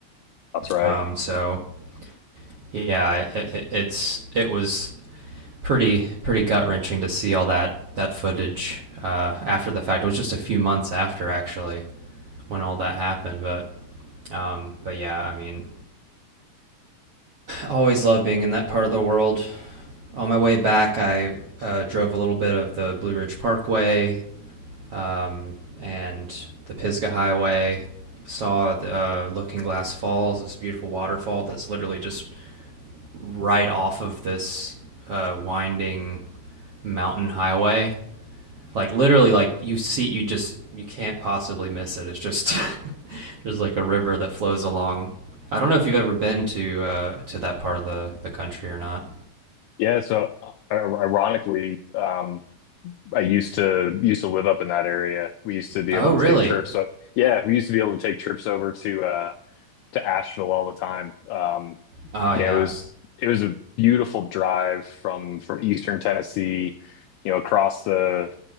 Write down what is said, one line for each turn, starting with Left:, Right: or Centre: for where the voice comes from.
Left: That's right.
Right: Um, so yeah, it, it, it's it was pretty pretty gut wrenching to see all that that footage uh, after the fact. It was just a few months after actually when all that happened, but um, but yeah, I mean, always love being in that part of the world. On my way back, I uh, drove a little bit of the Blue Ridge Parkway um, and the Pisgah Highway. Saw the, uh, Looking Glass Falls, this beautiful waterfall that's literally just right off of this uh, winding mountain highway. Like literally, like you see, you just you can't possibly miss it. It's just <laughs> there's like a river that flows along. I don't know if you've ever been to uh, to that part of the the country or not.
Left: Yeah, so uh, ironically, um I used to used to live up in that area. We used to be
Right: Oh,
Left: able
Right: really?
Left: to take trips. So yeah, we used to be able to take trips over to uh to Asheville all the time. Um
Right: Oh,
Left: you
Right: yeah,
Left: know, it was it was a beautiful drive from from Eastern Tennessee, you know, across the